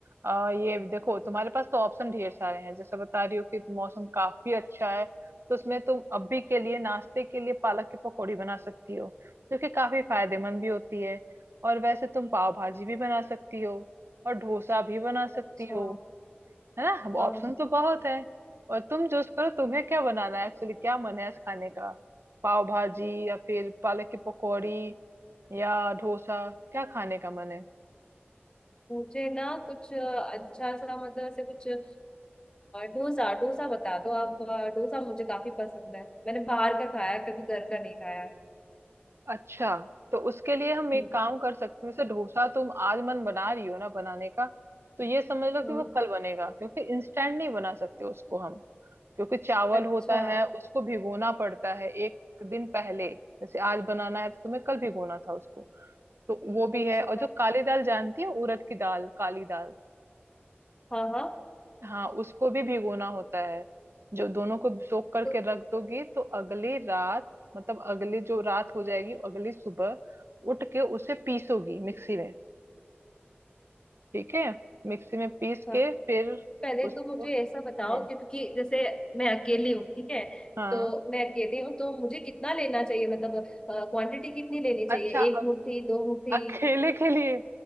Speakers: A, on the right; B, on the left.
A: आ ये देखो तुम्हारे पास तो ऑप्शन ढेर सारे हैं जैसे बता रही हो कि मौसम काफी अच्छा है तो उसमें तुम अभी के लिए नाश्ते के लिए पालक की पकौड़ी बना सकती हो जो कि काफी फायदेमंद भी होती है और वैसे तुम पाव भाजी भी बना सकती हो और डोसा भी बना
B: अच्छा
A: सकती हो है ना अब ऑप्शन
B: हाँ
A: तो बहुत है और तुम चूज करो तुम्हें क्या बनाना है एक्चुअली क्या मन है आज खाने का पाव भाजी या फिर पालक की पकौड़ी या डोसा क्या खाने का मन है
B: मुझे ना कुछ अ, अच्छा सा मतलब ऐसे कुछ अ, डोसा डोसा बता दो आप अ, डोसा मुझे काफी पसंद है मैंने बाहर का खाया है, कभी घर का नहीं खाया है।
A: अच्छा तो उसके लिए हम एक
B: हम्म
A: काम कर सकते हैं जैसे डोसा तुम आज मन बना रही हो ना बनाने का तो ये समझ लो कि
B: हम्म,
A: वो कल बनेगा क्योंकि इंस्टेंट नहीं बना सकते उसको हम क्योंकि चावल
B: अच्छा
A: होता है उसको भिगोना पड़ता है एक दिन पहले जैसे आज बनाना है तो तुम्हें कल भिगोना था उसको तो वो भी
B: अच्छा
A: है और जो काली दाल जानती है उड़द की दाल काली दाल
B: हाँ हाँ
A: हाँ उसको भी भिगोना होता है जो दोनों को सोख करके
B: तो
A: रख दोगी तो अगली रात मतलब अगली जो रात हो जाएगी अगली सुबह उठ के उसे पीसोगी मिक्सी में ठीक है मिक्सी में पीस
B: अच्छा
A: के फिर
B: पहले
A: उसको
B: तो मुझे
A: हम्म
B: ऐसा बताओ कि क्योंकि जैसे मैं अकेली हूँ ठीक है
A: हाँ
B: तो मैं अकेली हूँ तो मुझे कितना लेना चाहिए मतलब क्वांटिटी कितनी लेनी चाहिए
A: अच्छा
B: एक मुट्ठी दो मुट्ठी
A: अकेले के लिए